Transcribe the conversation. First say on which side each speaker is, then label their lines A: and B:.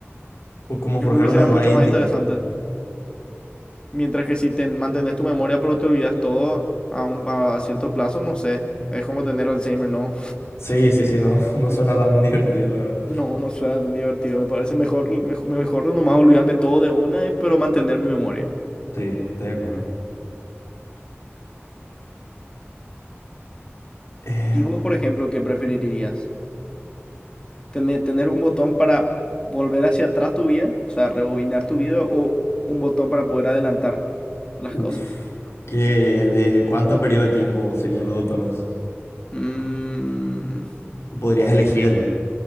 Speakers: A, on the left; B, on the left.
A: o Como
B: Yo
A: forjar
B: creo que
A: una
B: sería
A: nueva
B: mucho
A: identidad.
B: más interesante.
A: Sí,
B: Mientras que si te mantenés tu memoria pero te olvidas todo a, un, a cierto plazo, no sé. Es como tener Alzheimer, ¿no?
A: sí, sí, sí, no, <laughs> no suena tan divertido, la verdad.
B: No, no suena tan divertido. Me parece mejor, mejor, mejor nomás olvidarme todo de una, eh, pero mantener mi memoria.
A: Sí, estoy de acuerdo. Em,
B: ¿Y vos, por ejemplo, qué preferirías? ¿Tener, tener un botón para volver hacia atrás tu vida? O sea, rebobinar tu vida o un botón para poder adelantar las
A: uf,
B: cosas.
A: ¿qué, de cuánto periodo de tiempo serían los botones?
B: Mm,
A: Podrías elegirlo.